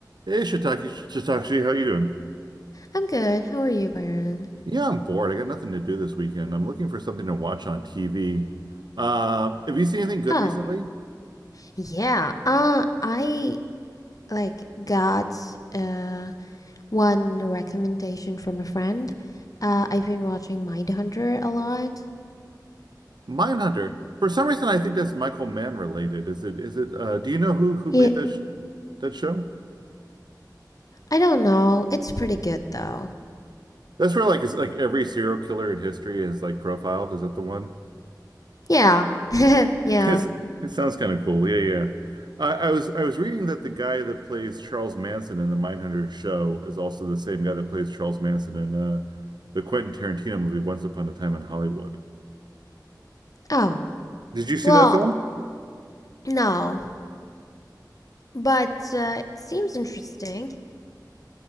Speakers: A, on the right; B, on the left.
A: Hey, Shiitake, Shiitake, how you doing?
B: I'm good. How are you, Byron?
A: Yeah, I'm bored. I got nothing to do this weekend. I'm looking for something to watch on TV. Uh, have you seen anything good
B: Oh,
A: recently?
B: yeah. Uh, I like got uh one recommendation from a friend. Uh, I've been watching Mindhunter a lot.
A: Mindhunter. For some reason, I think that's Michael Mann related. Is it? Is it? Uh, do you know who who
B: Yeah,
A: made that sh that show?
B: I don't know. It's pretty good though.
A: That's where like is like every serial killer in history is like profiled. Is it the one?
B: Yeah. <laughs> Yeah.
A: <laughs> it sounds kind of cool. Yeah, yeah. I, I was I was reading that the guy that plays Charles Manson in the Mindhunter show is also the same guy that plays Charles Manson in uh, the Quentin Tarantino movie Once Upon a Time in Hollywood.
B: Oh,
A: Did you see
B: well,
A: that film?
B: no. But uh, it seems interesting.